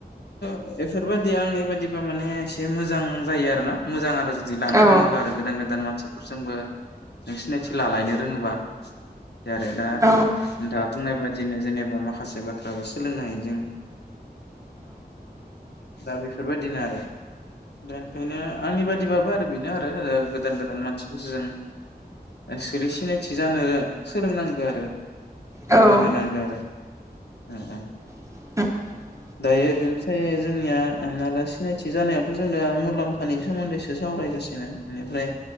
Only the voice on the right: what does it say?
औ
औ
औ
<inaudible>